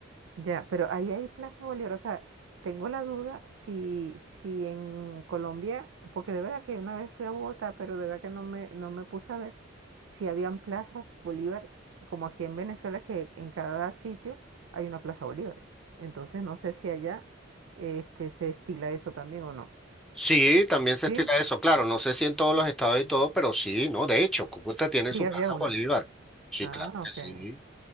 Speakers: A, on the right (about 75°); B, in the centre.
A: Ya, pero ahí hay Plaza Bolívar. O sea, tengo la duda si, si en Colombia, porque de verdad que una vez fui a Bogotá, pero de verdad que no me, no me puse a ver si habían plazas Bolívar, como aquí en Venezuela, que en cada sitio hay una Plaza Bolívar. Entonces no sé si allá este, se estila eso también o no.
B: Sí, también se
A: ¿Sí?
B: estila eso, claro, no sé si en todos los estados y todo, pero sí, no, de hecho, Cúcuta tiene
A: Sí,
B: su
A: había
B: Plaza
A: una.
B: Bolívar. Sí,
A: Ah,
B: claro que
A: ok.
B: sí.